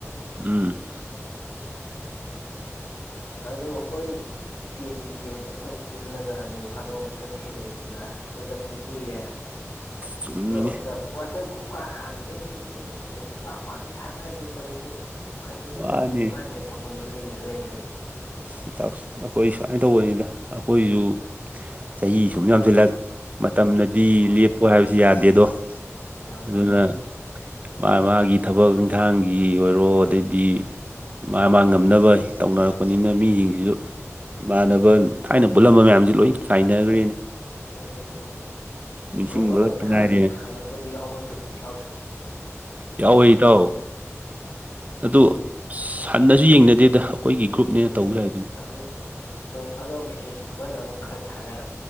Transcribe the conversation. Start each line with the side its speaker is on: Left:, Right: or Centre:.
Right: ꯎꯝ
Left: ꯑꯗ ꯑꯩꯈꯣꯏ ꯇꯦꯟꯒꯤ ꯄꯕꯦꯁꯇꯣ ꯑꯇꯪ ꯄꯨꯜꯂꯒ ꯅꯣꯡ ꯐꯥꯗꯣꯛ ꯑꯝꯇ ꯊꯦꯡꯅꯁꯤꯗꯅ ꯊꯦꯡꯅꯗꯕꯁꯨ ꯀꯨꯏꯔꯦ
Right: ꯆꯨꯝꯃꯤꯅꯦ
Left: ꯂ ꯑꯇ ꯋꯥꯁ ꯀ ꯍꯥꯡꯉꯤꯅꯤꯅꯦ ꯑꯗꯨꯏꯗꯨꯁꯨ ꯃꯦꯁꯦꯖꯁꯨ ꯄꯥꯛ ꯄꯥꯛꯁꯨ ꯊꯥꯅꯔꯗꯦ ꯇꯧꯔꯤꯗꯨꯣ ꯀꯃꯥꯏꯅ ꯇꯧꯔꯤꯅꯣ
Right: ꯋꯥꯅꯤ
Left: ꯈꯪꯗꯦ ꯃꯥꯏ ꯃꯥꯏ ꯊꯣꯛꯄ ꯂꯣꯏ ꯂꯩꯅꯈ꯭ꯔꯦꯅ ꯍꯧꯖꯤꯛꯇꯤ
Right: ꯁꯤ ꯇꯥꯛꯁ ꯑꯈꯣꯏ ꯁꯨꯃꯥꯏꯅ ꯇꯧꯕꯅꯤꯗ ꯑꯩꯈꯣꯏꯖꯨ ꯆꯍꯤ ꯁꯨꯝ ꯌꯥꯝꯁꯤꯜꯂꯛ ꯃꯇꯝꯅꯗꯤ
Left: ꯍꯣꯏ
Right: ꯂꯦꯞꯄꯣ ꯍꯥꯏꯁꯨ ꯌꯥ ꯗꯦꯗꯣ
Left: ꯑꯥ
Right: ꯑꯗꯨꯗ ꯃꯥ ꯃꯥꯒꯤ ꯊꯕꯛ ꯏꯪꯈꯥꯡꯒꯤ ꯑꯣꯏꯔꯣ ꯑꯗꯩꯗꯤ ꯃꯥ ꯃꯥ ꯉꯝꯅꯕ ꯇꯧꯅꯔꯛꯄ ꯄꯅꯤꯅ ꯃꯤꯁꯤꯡꯁꯤꯁꯨ ꯏꯃꯥꯟꯅꯕ ꯊꯥꯏꯅ ꯄꯨꯜꯂꯝꯕ ꯃꯌꯥꯝꯁꯤ ꯂꯣꯏ ꯆꯥꯏꯅꯈ꯭ꯔꯦꯅꯦ
Left: ꯊꯣꯛꯣꯏꯑ ꯑꯗꯨꯗꯤ
Right: ꯅꯤꯡꯁꯤꯡꯕ
Left: ꯒ꯭ꯔꯨꯞ ꯑꯃꯗꯤ
Right: ꯈꯛꯇ ꯉꯥꯏꯔꯦ
Left: ꯍꯥꯡꯉꯦ ꯍꯥꯡꯉꯛꯄꯗꯨ ꯌꯥꯎꯕ ꯅꯠꯇꯣꯏ ꯊꯥꯎꯁꯨꯣ
Right: ꯌꯥꯎꯋꯦ ꯏꯗꯥꯎ ꯑꯗꯨ ꯁꯥꯟꯅꯁꯨ ꯌꯦꯡꯅꯗꯦꯗ ꯑꯩꯈꯣꯏꯒꯤ ꯒ꯭ꯔꯨꯞꯅꯦꯅ
Left: ꯑꯦꯅꯅꯦ
Right: ꯇꯧꯖ ꯍꯥꯏꯗꯨꯕꯨ
Left: ꯇꯧ ꯅꯣꯡ ꯐꯗꯣꯛ ꯃꯁꯦꯁ ꯑꯃꯅ ꯑꯃꯨꯛ ꯈꯔ ꯊꯥꯔꯛ